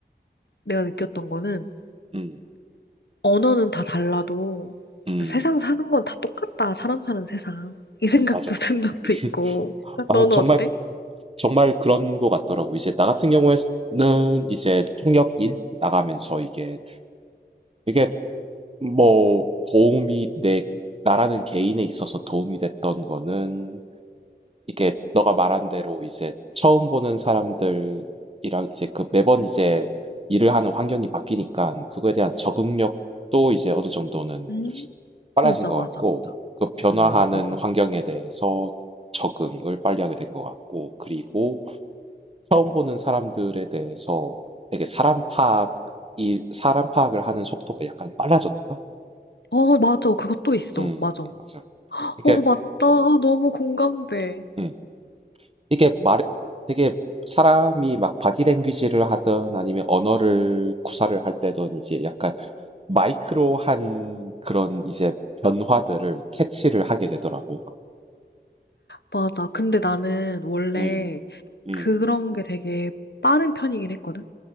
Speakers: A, on the left (about 75°); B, on the right (about 35°).
A: 내가 느꼈던 거는
B: 음.
A: 언어는 다 달라도
B: 음.
A: 세상 사는 건 다 똑같다. 사람 사는 세상. 이 생각도
B: 맞아.
A: <laughs> 든 적도
B: <laughs>
A: 있고.
B: 아,
A: 너는
B: 정말,
A: 어때?
B: 정말 그런 것 같더라고. 이제 나 같은 경우에는 이제 통역 일 나가면서 이게 되게 뭐 도움이 내, 나라는 개인에 있어서 도움이 됐던 거는 이게 너가 말한 대로 이제 처음 보는 사람들이랑 이제 그 매번 이제 일을 하는 환경이 바뀌니까 그거에 대한 적응력도 이제 어느 정도는
A: 음,
B: 빨라진
A: 맞아,
B: 것
A: 맞아.
B: 같고 그 변화하는
A: 음, 나도.
B: 환경에 대해서 적응을 빨리 하게 된 것 같고 그리고 처음 보는 사람들에 대해서 되게 사람 파악이 사람 파악을 하는 속도가 약간 빨라졌다?
A: 어, 맞아. 그것도 있어.
B: 음.
A: 맞아.
B: 맞아. 이게
A: 어, 맞다. 아, 너무 공감돼.
B: 음. 이게 말 되게 사람이 막 바디 랭귀지를 하든 아니면 언어를 구사를 할 때든 이제 약간 마이크로한 그런 이제 변화들을 캐치를 하게 되더라고.
A: 맞아. 근데 나는 원래
B: 음. 음.
A: 그런 게 되게 빠른 편이긴 했거든.